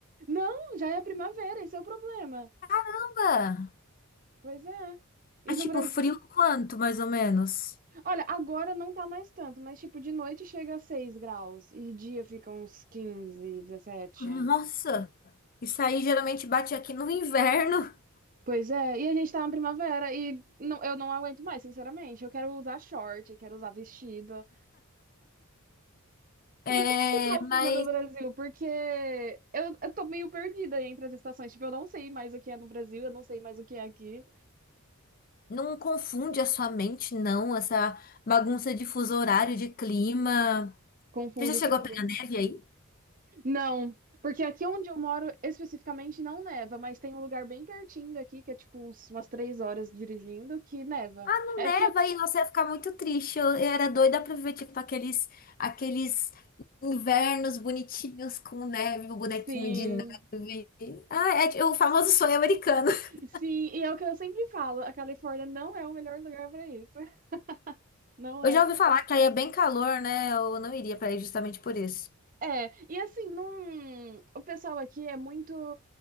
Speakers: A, on the right; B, on the left.
A: não, já é primavera, esse é o problema.
B: Caramba!
A: Pois é.
B: É
A: E
B: tipo
A: no Brasil.
B: frio quanto, mais ou menos?
A: Olha, agora não tá mais tanto, mas tipo, de noite chega a 6 graus e de dia fica uns 15, 17.
B: Nossa! Isso aí geralmente bate aqui no inverno.
A: Pois é, e a gente tá na primavera e não, eu não aguento mais, sinceramente. Eu quero usar short, quero usar vestido.
B: É,
A: E como que tá o
B: mas
A: clima no Brasil? Porque eu, eu tô meio perdida entre as estações. Tipo, eu não sei mais o que é no Brasil, eu não sei mais o que é aqui.
B: Não confunde a sua mente, não, essa bagunça de fuso horário, de clima.
A: Confunde
B: Você já chegou
A: tudo.
B: a pegar neve aí?
A: Não, porque aqui onde eu moro especificamente não neva, mas tem um lugar bem pertinho daqui, que é tipo uns- umas três horas dirigindo, que neva.
B: Não
A: É
B: neva
A: que,
B: aí, você ia ficar muito triste. Eu, eu era doida pra ver, tipo, aqueles, aqueles invernos bonitinhos com neve, o bonequinho
A: sim,
B: de neve. Ah, é ti- o famoso sonho americano. <laughs>
A: sim, e é o que eu sempre falo, a Califórnia não é o melhor lugar para isso. <laughs> Não
B: Eu
A: é.
B: já ouvi falar que aí é bem calor, né? Eu não iria pra aí justamente por isso.
A: É, e assim, não... o pessoal aqui é muito.